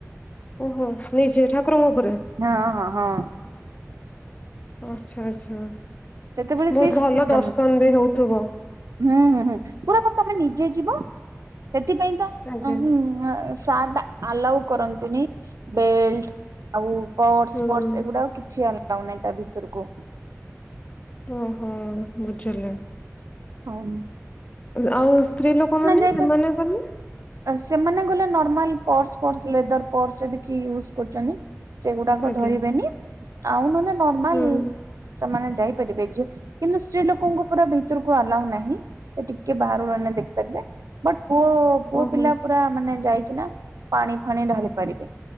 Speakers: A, on the left; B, on the right.
A: ଓହୋ ନିଜେ ଠାକୁରଙ୍କ ଉପରେ।
B: ହଁ ହଁ ହଁ।
A: ଆଚ୍ଛା ଆଚ୍ଛା
B: ସେତେବେଳେ
A: ବହୁତ୍
B: ସେଇ ସିଷ୍ଟମ
A: ଭଲ ଦର୍ଶନ ବି ହଉଥିବ।
B: ହୁଁ ହୁଁ ହୁଁ ପୁରାବା ତମେ ନିଜେ ଯିବ ସେଥିପାଇଁ ତ
A: ଆଜ୍ଞା
B: ମୁଁ। ସାର୍ଟ ଆଲାଉ କରନ୍ତିନି ବେଲଟ। ଆଉ ପର୍ସଫର୍ଶଏଗୁଡା
A: ହୁଁ।
B: କିଛି ଆଲାଉ ନାହିଁ ତା ଭିତରକୁ।
A: ଓହୋ ବୁଝିଲି।
B: ହଉ।
A: ଆଉ ସ୍ତ୍ରୀ ଲୋକମାନେ
B: ଯାଇପାର
A: ସେମାନେ ଗଲେ।
B: ସେମାନେ ଗଲେ ନର୍ମାଲ ପର୍ସଫର୍ସ ଲେଦର୍ ପର୍ସ ଯଦି କିଏ ୟୁଜ୍ କରୁଛନ୍ତି। ସେଗୁଡାକ
A: ଆଜ୍ଞା
B: ଧରିବେନି ଆଉ ନହେଲେ ନର୍ମାଲ।
A: ହୁଁ
B: ସେମାନେ ଯାଇପାରିବେ ଯେ କିନ୍ତୁ ସ୍ତ୍ରୀ ଲୋକଙ୍କୁ ପୁରା ଭିତରକୁ ଆଲାଉ ନାହିଁ ସେ ଟିକେ ବାହାରୁହ ଦେଖିପାରିବେ ବଟ୍ ପୁଅ
A: ଓହୋ
B: ପିଲା। ପୁରା ମାନେ ଯାଇକି ନା ପାଣି ଫାଣି ଢାଳି ପାରିବେ।